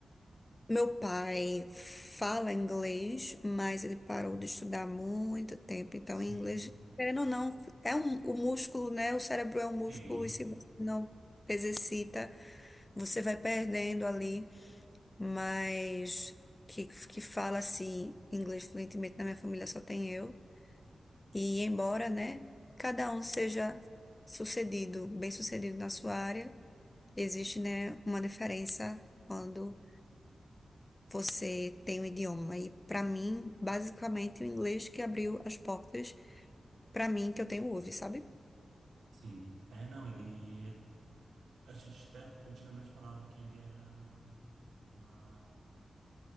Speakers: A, on the left; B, on the right.
A: Meu pai fala inglês, mas ele parou de estudar há muito tempo. Então,
B: Sim,
A: em inglês, querendo ou não, é um, o músculo, né? O cérebro é um músculo,
B: sim.
A: e se você não exercita, você vai perdendo ali. Mas que, que fala assim, inglês fluentemente na minha família só tem eu. E embora, né, cada um seja sucedido, bem-sucedido na sua área, existe, né, uma diferença quando você tem um idioma. E pra mim, basicamente, o inglês que abriu as portas pra mim que eu tenho hoje, sabe?
B: Sim. É, não, ele é A gente até antigamente falava que ele era uma.